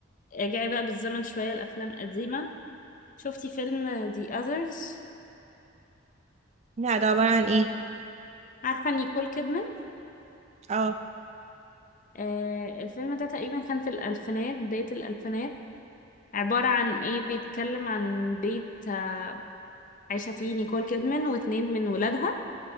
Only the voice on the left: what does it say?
ارجعي بقى بالزمن شويه الافلام قديمه شفتي فيلم The Others
عارفه نيكول كيدمان
آه، الفيلم ده تقريبا كان في الألفينات بداية الألفينات عبارة عن إيه بيتكلم عن بيت آه، عايشة فيه نيكول كيدمان واتنين من ولادها